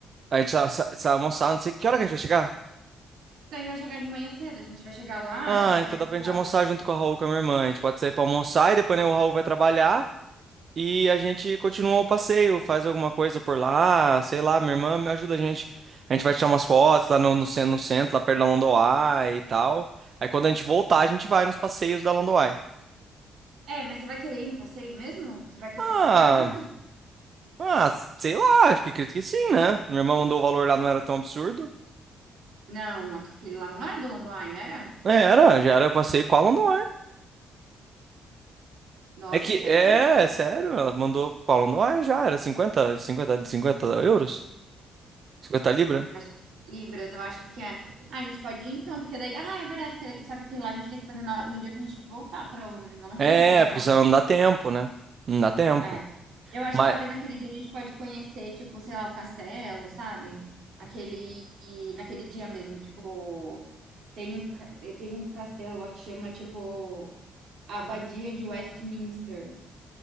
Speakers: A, on the right; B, on the right.
A: A gente sa- sa- sai almoçar, não sei que hora que a gente vai chegar.
B: Então a gente vai chegar de manhã cedo, a gente vai chegar lá,
A: Ah,
B: eu acho
A: então
B: que é, sei
A: dá pra gente
B: lá,
A: almoçar
B: mas.
A: junto com a Raul, com a minha irmã. A gente pode sair pra almoçar e depois né, o Raul vai trabalhar e a gente continua o passeio, faz alguma coisa por lá, sei lá, minha irmã me ajuda a gente. A gente vai tirar umas fotos lá no, no, cen- no centro, lá perto da Londoai e tal. Aí quando a gente voltar, a gente vai nos passeios da Londoai.
B: É, mas você vai querer ir no passeio mesmo? Você vai querer
A: Ah,
B: pagar lá?
A: ah, sei lá, acho que acredito que sim, né? Minha irmã mandou o valor lá, não era tão absurdo.
B: Não, aquele lá não era do London, era?
A: É, Era, já era passeio com a Londoai.
B: Nossa,
A: É que,
B: sério?
A: é, é sério, ela mandou qual não dói já, era cinquenta, cinquenta, cinquenta euros? cinquenta libra?
B: Acho que é Libras, eu acho que é. Ah, a gente pode ir então, porque daí. Ah, é verdade, porque daí- só que aquele lá a gente tem que fazer na- no dia que a gente voltar para Londres, não naquele
A: É,
B: dia só.
A: porque senão não dá tempo, né? Não dá tempo.
B: É. Eu acho
A: Mas,
B: que talvez
A: o
B: naquele dia a gente pode conhecer, tipo, sei lá, o castelo, sabe? Aquele. e Naquele dia mesmo, tipo. Tem um, ca- tem um castelo lá que chama, tipo. a Abadia de Westminster